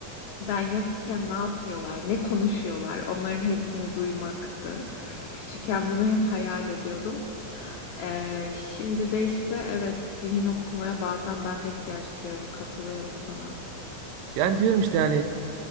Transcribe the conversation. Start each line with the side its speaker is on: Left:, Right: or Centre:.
Left: ben yokken ne yapıyorlar, ne konuşuyorlar, onların hepsini duymaktı. Küçükken bunu hep hayal ediyordum. Ee, şimdi de işte evet zihin okumaya bazen ben de ihtiyaç duyuyorum, katılıyorum sana.
Right: Yani diyorum işte yani